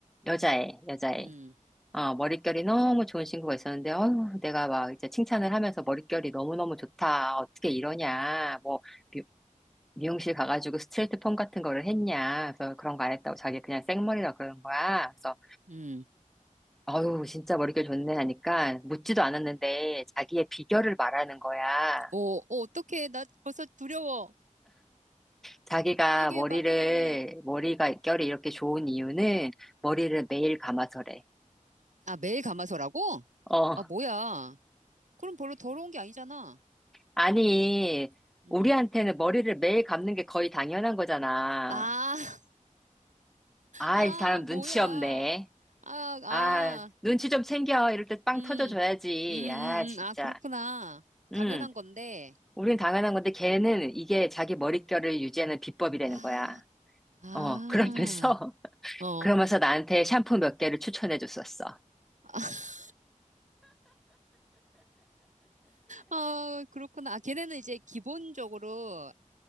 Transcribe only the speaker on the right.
음.
음.
어, 어, 어떡해. 나 벌써 두려워.
얘기해봐.
음.
아, 매일 감아서라고?
아, 뭐야. 그럼 별로 더러운 게 아니잖아.
음.
아, <laughs>
아,
뭐야.
아, 아,
음.
음, 음,
음. 아, 그렇구나.
당연한 건데.
음.
아,
아,
어.
<laughs> 아, 그렇구나. 아, 걔네는 이제 기본적으로